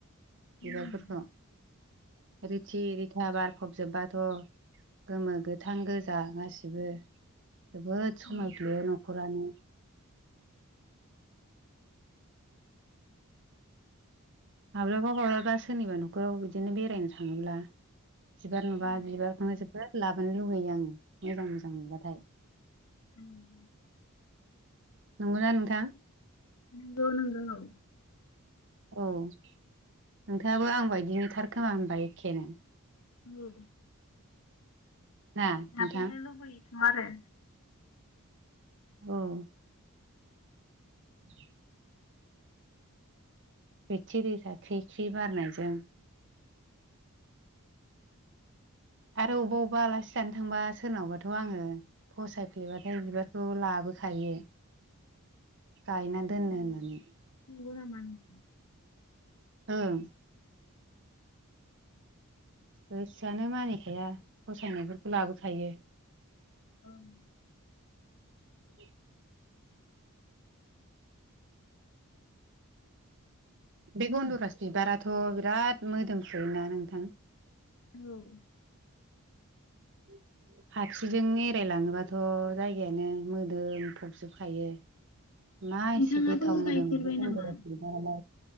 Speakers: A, on the right; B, on the left.
A: बिबारफोरखौ
B: उम
A: रिथि रिथा बारफबजोबबाथ' गोमो गोथां गोजा गासिबो जोबोद समायफ्लेयो
B: औ
A: न'खरानो। माब्लाबा माब्लाबा सोरनिबा न'खराव बिदिनो बेरायनो थाङोब्ला बिबार नुबा
B: औ
A: बिबारखौनो जोबोद लाबोनो लुुबैयो आङो मोजां मोजां नुबाथाय।
B: उम
A: नंगौना नोंथां?
B: नंगौ नंगौ।
A: औ नोंथाङाबो आं बायदिनोथार खोमा होनबा एखेनो?
B: उम
A: ना नोंथां
B: हाबहैनो लुबैयोथ' आरो।
A: औ <inaudible> रिथि रिथा ख्रि ख्रि बारनायजों आरो अबेबा अबेबा आलासि जानो थांबा सोरनावबाथ' आङो फसायफ्लेबाथाय बिबारखौबो लाबोखायो। गायना दोननो होननानै
B: औ नंगौ नामा नोंथां?
A: ओं गोसोआनो मानिखाया फसायनायफोरखौ लाबोखायो।
B: ओं
A: <inaudible> बे गन्दरास बिबाराथ' बिराद मोदोमसुयोना नोंथां?
B: औ
A: <inaudible> खाथिजों एरायलाङोबाथ' जायगायानो मोदोम फबजोबखायो <inaudible> मा एसे
B: नोंथाङाबो
A: गोथाव मोनोदों
B: गायफेरबाय
A: बे गन्दराज
B: नामा?
A: बिबारालाय